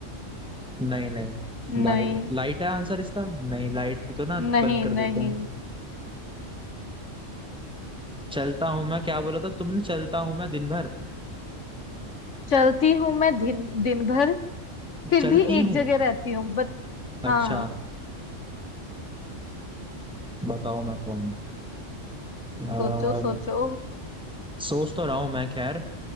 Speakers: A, in the centre; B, on the left.
A: नहीं नहीं
B: नहीं
A: लाइट लाइट है आंसर इसका नहीं लाइट भी तो ना
B: नहीं
A: बंद कर
B: नहीं
A: देते हैं चलता हूँ मैं क्या बोला था तुमने चलता हूँ मैं दिन भर
B: चलती हूँ मैं दिन दिन भर फिर
A: चलती
B: भी एक
A: हूँ
B: जगह रहती हूँ बट हाँ
A: अच्छा बताओ मैं कौन हूँ? आ,
B: सोचो सोचो
A: सोच तो रहा हूँ मैं खैर